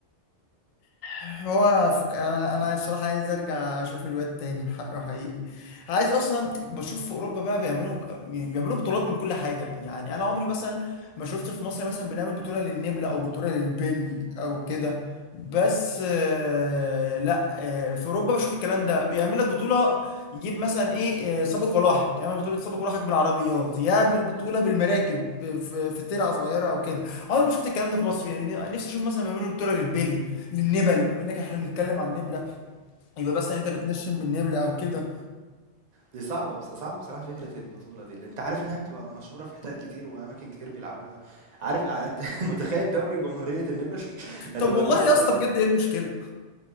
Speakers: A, on the left; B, on the right.
A: هو فك... انا أنا الصراحه عايز ارجع اشوف الواد تاني حقه حقيقي عايز اصلا بشوف في اوروبا بقى بيعملوا يعني بيعملوا بطولات من كل حاجه يعني انا عمري مثلا ما شفت في مصر مثلا بنعمل بطوله للنبله او بطوله للبلي او كده بس آه، لا آه، في اوروبا بشوف الكلام ده بيعمل لك بطوله يجيب مثلا ايه آه، سابق ولاحق يعمل بطوله سابق ولاحق بالعربيات يعمل بطوله بالمراكب آه، في في ترعه صغيره او كده عمري ما شفت الكلام ده في مصر يعني نفسي اشوف مثلا بيعملوا بطوله للبلي للنبل بما انك احنا بنتكلم عن النبله يبقى مثلا انت بتنشن بالنبله او كده
B: دي صعبة بص صعبة بصراحة فكرة البطولة دي، لأن أنت عارف إنها بتبقى مشهورة في حتت كتير وأماكن كتير بيلعبوها، عارف ع- <laughs> متخيل دوري جمهورية النمل <laughs> هتبقى
A: طب والله
B: قصة
A: يا اسطى بجد ايه المشكله